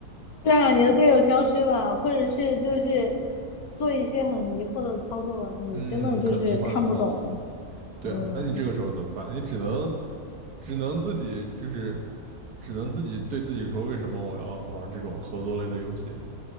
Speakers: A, on the left; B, on the right.
A: 对啊，你的队友消失了，或者是就是做一些很迷惑的操作，你真的就是看不懂。
B: 嗯，很迷幻的操作。对啊，
A: 嗯，
B: 那你这个时候怎么办？你只能只能自己就是只能自己对自己说，为什么我要玩这种合作类的游戏？